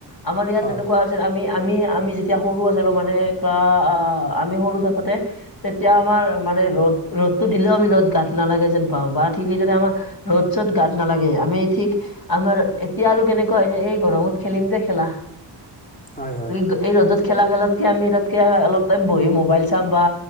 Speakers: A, on the left; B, on the left.
A: আমাৰ ইয়াত
B: হয়
A: তেনেকুৱা আছিল আমি', -আমি', -আমি যেতিয়া সৰু আছিলোঁ মানে ক্লাচ', আহ', -আহ', আমি সৰু থাকোঁতে? তেতিয়া আমাৰ মানে ৰ'দ', - ৰ'দটো দিলেও আমি ৰ'দ গাত নালাগে যেন পাওঁ বা ঠিক সেইদৰে আমাৰ', ৰ'দ চ'ত গাত নালাগে আমি ঠিক', আমাৰ এতিয়া আৰু কেনেকুৱা হৈছে এই গৰমত খেলিম যে খেলা',
B: হয় হয়
A: গ', এই ৰ'দত খেলা খেলতকে আমি তাতকে অলপ', তাত', বহি মোবাইল চাম বা